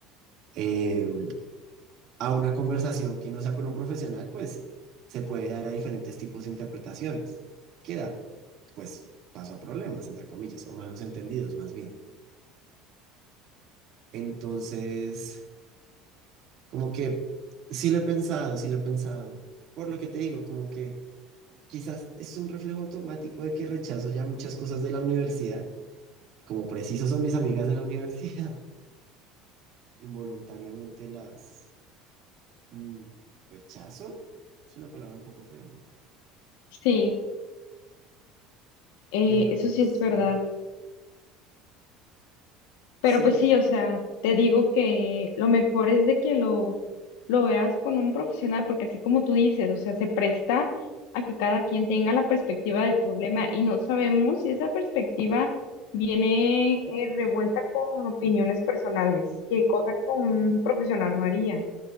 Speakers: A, on the right; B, on the left.
A: eh, a una conversación que no sea con un profesional, pues se puede dar a diferentes tipos de interpretaciones. Queda pues paso a problemas, entre comillas, o malos entendidos más bien. Entonces, como que sí lo he pensado, sí lo he pensado. Por lo que te digo, como que quizás es un reflejo automático de que rechazo ya muchas cosas de la universidad. Como preciso son mis amigas de la universidad, <laughs> involuntariamente las mm, rechazo. Es una palabra un poco fea, ¿no?
B: Sí, eh,
A: Pero
B: eso sí
A: sí,
B: es verdad. Pero
A: sí,
B: pues sí, o sea, te digo que lo mejor es de que lo, lo veas con un profesional, porque así como tú dices, o sea, se presta a que cada quien tenga la perspectiva del problema y no sabemos si esa perspectiva viene eh, revuelta con opiniones personales, que cosa que un profesional no haría.